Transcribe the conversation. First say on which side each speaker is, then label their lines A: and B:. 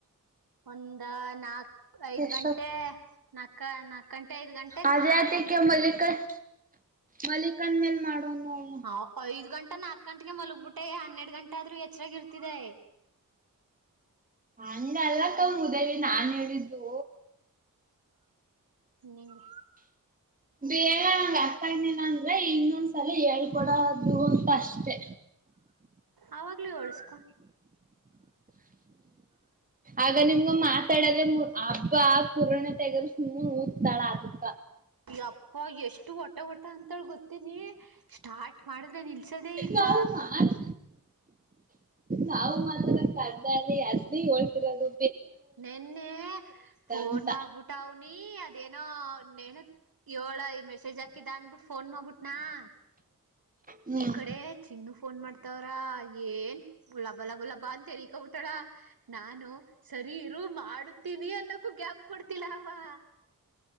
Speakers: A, on the right; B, on the right.
A: ಒಂದ ನಾಕು ಐದ್
B: ಎಷ್ಟೊತ್
A: ಗಂಟೆ ನಾಕ್ ನಕಕ್ಕ ಗಂಟೆ ಐದ್ ಗಂಟೆಗೆ
B: ಅದೇ
A: ಮಾಡು
B: ಅದಕ್ಕೆ
A: ಅಂದ
B: ಮಲಿಕನ್ ಮಲಿಕನ್ ಮೇಲ್ ಮಾಡೋಣ ನೋಡಣ
A: ಆಪ ಐದ ಗಂಟೆ ನಾಕ ಗಂಟೆ ಹಾಗೆ ಮಲಗ್ಬಿಟ್ಟೆ ಹನ್ನೆರಡ್ ಗಂಟೆ ಆದ್ರೂ ಎಚ್ಚರಾಗಿ ಇರ್ತಿದೆ
B: ಹಂಗ ಅಲ್ಲಕ್ಕ ಮುದವಿ ನಾನ್ ಹೇಳಿದ್ದು
A: ನಿಂಗೆ
B: ಬೇಡ ನಂಗ ಅರ್ಥಗಲೀಲ್ಲ ಅಂದ್ರೆ ಇನ್ನೊಂದ್ಸಲ ಹೇಳ್ಕೊಡದು ಅಂತ ಅಷ್ಟೆ
A: ಅವಾಗ್ಲೂ ಹೂಳಸ್ಕೊ
B: ಆಗ ನಿಮ್ಗ ಮಾತಾಡದ್ರ ಹಬ್ಬ ಪುರಾಣ ತಗದ ಸುಮ್ಮ ಊದ್ತಾಳ ಅದಕ್ಕ
A: ಯಪ್ಪ ಎಷ್ಟು ಒಟ ಒಟ ಅಂತಳ ಗೊತ್ತೇನಿ ಸ್ಟಾರ್ಟ್ ಮಾಡಿದ್ರೆ ನಿಲ್ಸೋದೇ ಇಲ್ಲ
B: ನಾವು ಮಾತ್ ನಾವು ಮಾತ್ರ <inaudible> ಇರದು
A: ನೆನ್ನೆ ಫೋನ್
B: ಅಂತ
A: ಮಾಡ್ಬಿಟ್ಟ ಅವ್ನಿ ಅದೇನೋ ನೇನ ಏಳ ಐದ ಸುಜಾಕ ಇದಾಂತ ಫೋನ್ ಮಾಡಿಬುಟ್ಟನ ನ
B: ಹ್ಮ್
A: ಈ ಕಡೆ ಚಿನ್ನ ಫೋನ್ ಮಾಡ್ತಾವ್ರ ಏನ್ ಗುಲಾಬಲ್ಲಾ ಗುಲಾಬಲಾ ಅಂತ ಹೇಳಿ ಬೀ ಟಳ <unintelligible> ನಾನು ಸರಿ ಇರು ಮಾಡ ತಿವಿ ಅನ್ನಕೂ ಗ್ಯಾಪ್ ಕೋಡ್ತಿಲಾ ಹವಾ